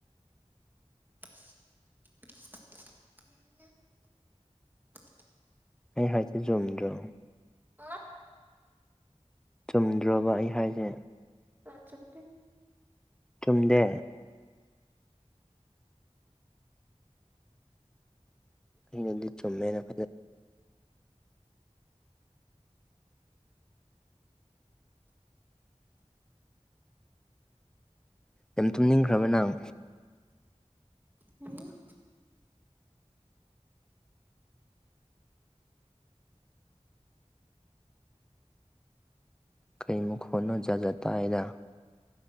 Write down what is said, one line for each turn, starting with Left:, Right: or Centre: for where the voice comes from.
Right: <inaudible>
Centre: ꯑꯩ ꯍꯥꯏꯁꯦ ꯆꯨꯝꯗꯣ
Right: ꯑꯣ
Centre: ꯆꯨꯝꯗ꯭ꯔꯣꯕ ꯑꯩ ꯍꯥꯏꯁꯦ
Right: <unintelligible>
Centre: ꯆꯨꯝꯗꯦ ꯑꯩꯅꯗꯤ ꯆꯨꯝꯃꯦꯅ ꯈꯜ ꯌꯥꯝ ꯇꯨꯝꯅꯤꯡꯈ꯭ꯔꯕ ꯅꯪ
Right: ꯎꯝ
Centre: ꯀꯩ ꯃꯈꯣꯟꯅꯣ ꯖꯥꯠ ꯖꯥꯠ ꯇꯥꯏꯗ